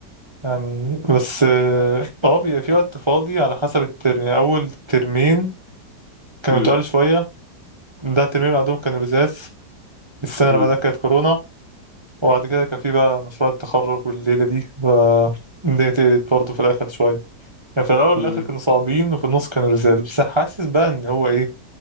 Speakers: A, on the right (about 20°); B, on the left (about 50°).
A: يعني بس اه آه، بيبقى في وقت فاضي على حسب الترم يعني أول ترمين كانوا
B: مم،
A: تقال شوية ده الترمين اللي بعدهم كانوا رزاز السنة
B: مم،
A: اللي بعدها كانت كورونا وبعد كده كان في بقى مشروع التخرج والليلة دي ف الدنيا تقلت برضه في الآخر شوية يعني في الأول
B: مم،
A: والآخر كانوا صعبين وفي النص كانوا لذاذ بس حاسس بقى إن هو إيه